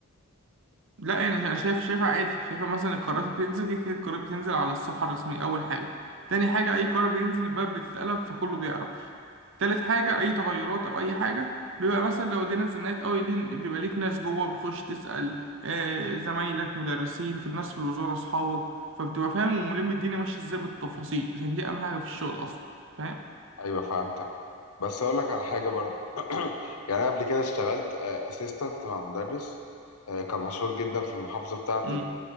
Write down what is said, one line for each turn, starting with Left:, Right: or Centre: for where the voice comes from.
Right: لا يعني انا شايف شايفها عادي شايفها مثلا القرارات اللي بتنزل كده كده القرارات بتنزل على الصفحه الرسميه اول حاجه تاني حاجه اي قرار بينزل الباب بتتقلب فكله بيعرف تالت حاجه اي تغيرات او اي حاجه بيبقى مثلا لو الدنيا اتزنقت قوي ليه بيبقى ليك ناس جوه بتخش تسال آه زمايلك مدرسين في الناس في الوزاره اصحابك فبتبقى فاهم وملم الدنيا ماشيه ازاي بالتفاصيل عشان دي اهم حاجه في الشغل اصلا فاهم
Left: ايوه فهمتك بس اقول لك على حاجه برضو <clears throat> يعني انا قبل كده اشتغلت اسيستنت مع مدرس آه، كان مشهور جدا في المحافظه بتاعتي
Right: امم